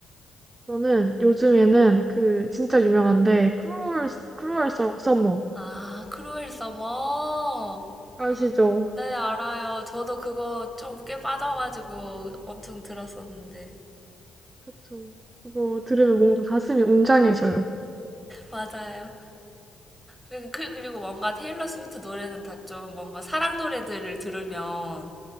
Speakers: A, on the right; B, in the centre.
A: 저는 요즘에는 그 진짜 유명한데 크루얼 크루얼 서, 머
B: 아, 크루엘 서머.
A: 아시죠?
B: 네, 알아요. 저도 그거 좀 꽤 빠져가지고 엄청 들었었는데.
A: 그쵸. 그거 들으면 뭔가 가슴이 웅장해져요.
B: 맞아요. 그, 그- 그리고 뭔가 테일러 스위프트 노래는 다 좀 뭔가 사랑 노래들을 들으면